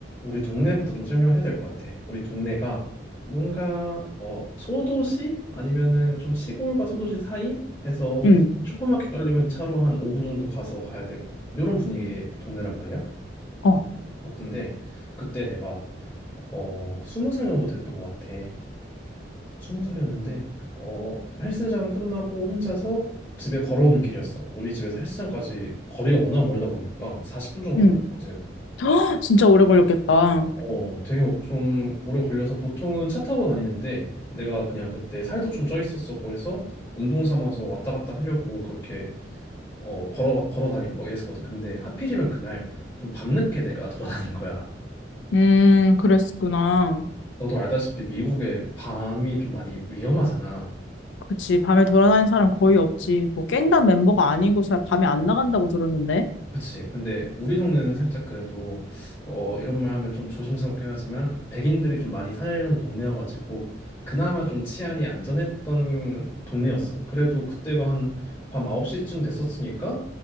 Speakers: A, on the left; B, on the left.
A: 우리 동네부터 좀 설명해야 될 것 같아. 우리 동네가 뭔가 어, 소도시 아니면은 좀 시골과 소도시 사이 해서
B: 응,
A: 슈퍼마켓 가려면 차로 한 5분 정도 가서 가야 되고 이런 분위기의 동네란 말이야.
B: 어,
A: 어, 근데 그때 내가 어, 20살 정도 됐던 것 같아. 스무 살이었는데 어 헬스장 끝나고 혼자서 집에 걸어오는 길이었어. 우리 집에서 헬스장까지 거리가 워낙 멀다 보니까 40분 정도
B: 응.
A: 걸리거든.
B: <gasps> 진짜 오래 걸렸겠다.
A: 어 되게 오- 좀 오래 걸려서 보통은 차 타고 다니는데 내가 그냥 그때 살도 좀 쪄 있었었고 해서 운동 삼아서 왔다 갔다 하려고 그렇게 어 걸어 걸어 다니고 막 이랬었거든. 근데 하필이면 그날 좀 밤늦게 내가 <laughs> 돌아다닌 거야.
B: 음, 그랬구나.
A: 너도 알다시피 미국의 밤이 좀 많이 위험하잖아.
B: 그치. 밤에 돌아다니는 사람 거의 없지. 뭐 갱단 멤버가 아니고서 밤에 안 나간다고 들었는데.
A: 그치. 근데 우리 동네는 살짝 그래도 어 이런 말 하면 좀 조심스럽긴 하지만 백인들이 좀 많이 살던 동네여가지고 그나마 좀 치안이 안전했던 동네였어. 그래도 그때가 한 밤 9시쯤 됐었으니까